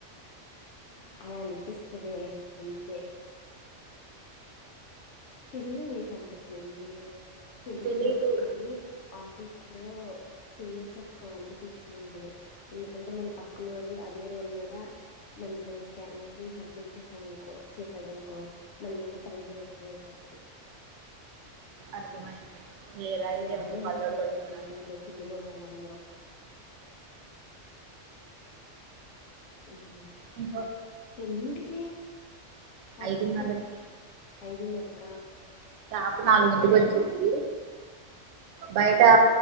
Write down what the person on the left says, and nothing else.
అ అనిపిస్తుదయే అంతే తెలీద నీకు అంతకు ముందు తెలుసు
నాకు కానీ ఆఫీస్ లో టూ మచ్ ఆఫ్ కాంపిటీషన్ ఉంటది ఎందుకంటే మన పక్కనోడు అదే రోల్ మీద మంచి మంచి క్యాండేట్లును సబ్మిట్ చేసాం అనుకో చేసాడనుకో మన మీద ప్రెజర్ ఎక్కువ ఐపోత్ తిది
అసలు
ఎవ్వరూ
హెల్ప్
చేయ్యరు
రిక్రూటింగ్ లో కుల్లు మొహల్ అందరూ ఉమ్
ఎన్నింటికి ఆఫీస్
ఐదున్నరకా
ఎక్కడున్నావ్